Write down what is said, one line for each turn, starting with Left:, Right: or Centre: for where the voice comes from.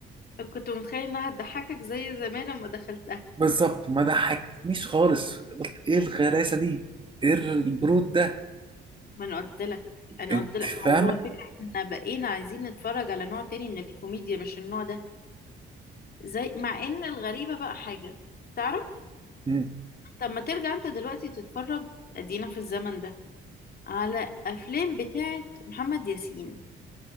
Left: -م. كنت متخيل انها هتضحكك زي زمان لما دخلتها
Right: بالظبط ما ضحكتنيش خالص قلت ايه الغلاسه دي ايه البرود ده
Left: ما انا قلت لك انا
Right: انت
Left: قلت لك
Right: فاهمه
Left: هو هو الفكره احنا بقينا عايزين نتفرج على نوع تاني من الكوميديا مش النوع ده زي مع ان الغريبه بقى حاجه تعرف
Right: مم.
Left: طب ما ترجع انت دلوقتي تتفرج ادينا في الزمن ده على افلام بتاعت محمد ياسين